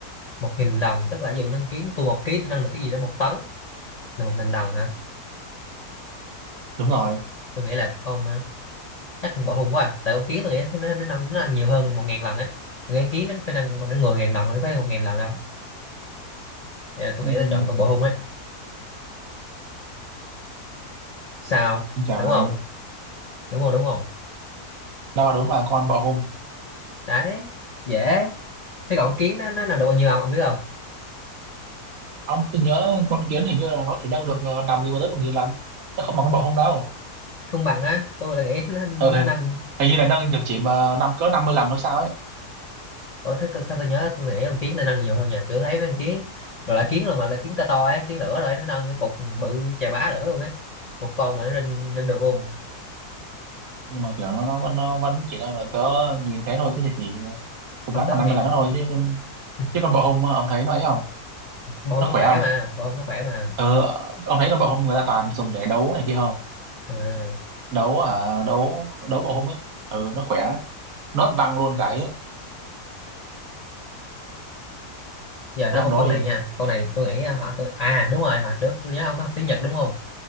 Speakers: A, on the left (about 50°); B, on the right (about 65°).
A: một nghìn lần tức là ví dụ nâng kiến tôi một ký tôi nâng được cái gì đó một tấn là một nghìn lần hả
B: đúng
A: vậy
B: rồi
A: thì tôi nghĩ là con à, chắc con bọ hung quá à. tại con kiến tôi nghĩ nó nó nâng nó nâng nhiều hơn một ngàn lần ấy tôi nghĩ kiến nó phải nâng khoảng mười ngàn lần mới phải một ngàn lần đâu Vậy là tôi
B: Ừm,
A: nghĩ tôi chọn con bọ hung ấy sao
B: trời
A: đúng không
B: ơi.
A: đúng không đúng không
B: đâu mà đúng là con bọ hung
A: đấy dễ thế còn con kiến nó nó nâng được bao nhiêu không ông biết không
B: ông tôi nhớ con kiến hình như là nó chỉ nâng được ờ, nằm gì mà tới một nghìn lần chứ không bằng con bọ hung đâu
A: không bằng á tôi là nghĩ <laughs> nó, nó
B: ừ.
A: nâng
B: hình như là nâng được chỉ mà năm cỡ 50 lần thôi sao ấy
A: Ủa, thế tôi, sao tôi nhớ tôi nghĩ con kiến nó nâng nhiều hơn nhờ kiểu thấy mấy con kiến rồi là kiến là mà là kiến to to ấy kiến lửa rồi ấy, nó nâng cái cục bự chà bá lửa luôn ấy một con mà nó lên lên được luôn
B: ừ. nhưng mà kiểu nó, nó vẫn nó vẫn chỉ nâng được cỡ nhìn thế thôi thế thì chỉ cùng
A: không
B: lắm
A: tới
B: là 50
A: một ngàn
B: lần đó thôi chứ con-
A: <laughs>
B: chứ con bọ hung ông thấy nó ấy không
A: bông
B: nó
A: nó
B: khỏe
A: khỏe
B: không
A: mà bông nó khỏe mà
B: Ờ, ừ. ông thấy con bọ hung người ta toàn dùng để đấu này kia không
A: à.
B: đấu à đấu đấu bọ hung ấy ừ nó khỏe nó văng luôn cái ấy.
A: giờ nói
B: Thế ông
A: một
B: đó
A: câu
B: đi
A: này nha câu này tôi nghĩ à, họ tôi à đúng rồi hồi trước tôi nhớ ông có học tiếng Nhật đúng không